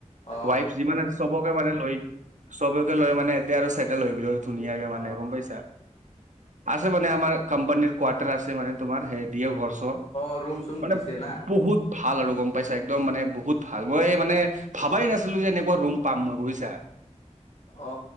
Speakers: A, on the left; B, on the right.
A: অ
B: ৱাইফ যিমান আছে চবকে মানে লৈ চবকে লৈ মানে ইয়াতে আৰু ছেটেল হৈ গ'লো আৰু ধুনীয়াকে,
A: অ
B: মানে গম পাইছা! আছে মানে, আমাৰ কোম্পানীৰ কোৱাৰ্টাৰ আছে মানে, তোমাৰ হে দিয়ে ঘৰ-চৰ।
A: অ ৰুম চুম
B: মানে
A: দিছে না
B: বহুত ভাল আৰু গম পাইছা, একদম মানে বহুত ভাল, মই মানে ভাবাই নাছিলো যে, এনেকুৱা ৰুম পাম মই বুজিছা!
A: অ,